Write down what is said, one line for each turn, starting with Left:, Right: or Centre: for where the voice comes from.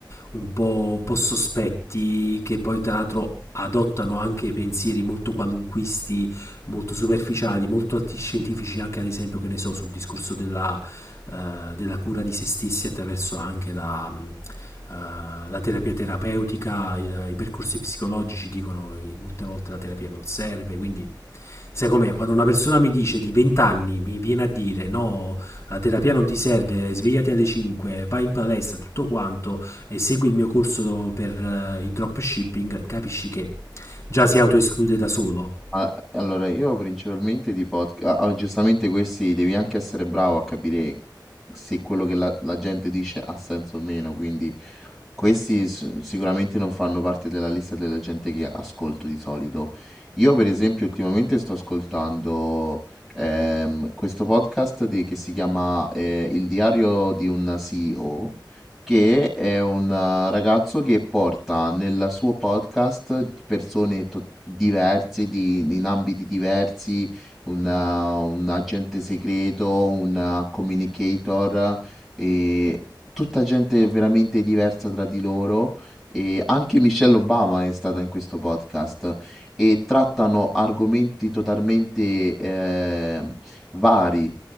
Left: un po', un po' sospetti, che poi tra l'altro adottano anche pensieri molto qualunquisti, molto superficiali, molto antiscientifici, anche ad esempio, che ne so, sul discorso della, eh, della cura di se stessi attraverso anche la, mh, eh, la terapia terapeutica, i, i percorsi psicologici dicono che molte volte la terapia non serve, quindi Sai com'è? Quando una persona mi dice di 20 anni, mi viene a dire no, la terapia non ti serve, svegliati alle 5, vai in palestra, tutto quanto e segui il mio corso per eh, il dropshipping, capisci che già si autoesclude da solo.
Centre: A allora io principalmente di podca a giustamente questi devi anche essere bravo a capire se quello che la la gente dice ha senso o meno, quindi Questi s sicuramente non fanno parte della lista della gente che ascolto di solito. Io per esempio ultimamente sto ascoltando, ehm, questo podcast di che si chiama, ehm, Il diario di un CEO, che è un eh, ragazzo che porta nel suo podcast persone to diverse, di in ambiti diversi, un eh, un agente segreto, un eh, communicator, ehm Tutta gente veramente diversa tra di loro e anche Michelle Obama è stata in questo podcast e trattano argomenti totalmente ehm, vari.